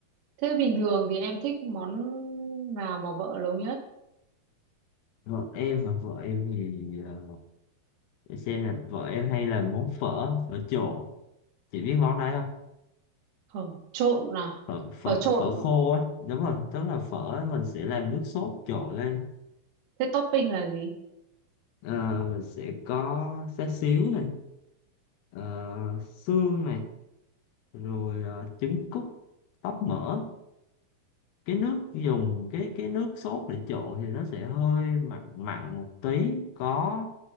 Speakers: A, on the right (about 85°); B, on the left (about 80°).
A: Thế bình thường thì em thích món nào mà vợ nấu nhất?
B: vợ em mà vợ em thì ờ, để xem nè vợ em hay làm món phở phở trộn chị biết món đấy không
A: phở trộn à
B: phở phở,
A: phở trộn
B: phở khô á đúng rồi tức là phở mình sẽ làm nước sốt trộn lên
A: thế topping là gì
B: Ờ, mình sẽ có xá xíu này ờ, xương này rồi ờ, trứng cút tóp mỡ cái nước dùng cái cái nước sốt để trộn thì nó sẽ hơi mặn mặn một tí có